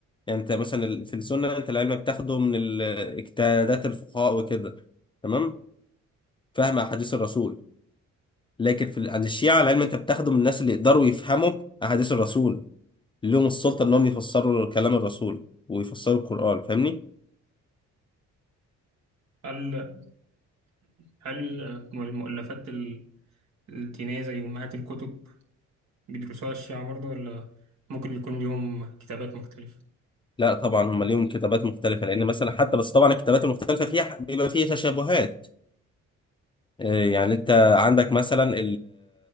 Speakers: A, on the left (about 15°); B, on the right (about 65°).
A: يعني انت مثلا ال- في السنه انت العلم بتاخده من ال- اجتهادات الفقهاء وكده تمام فهم احاديث الرسول لكن في ال- عند الشيعه العلم انت بتاخده من الناس اللي يقدروا يفهموا احاديث الرسول اللي لهم السلطه انهم يفسروا كلام الرسول ويفسروا القران فاهمني
B: هل هل المؤلفات ال- الدينية زي أمهات الكتب بيدرسوها الشيعة برضه ولا ممكن يكون ليهم كتابات مختلفة؟
A: لا طبعا هم ليهم كتابات مختلفه لان مثلا حتى بس طبعا الكتابات المختلفه فيها بيبقى فيها تشابهات آه، يعني انت عندك مثلا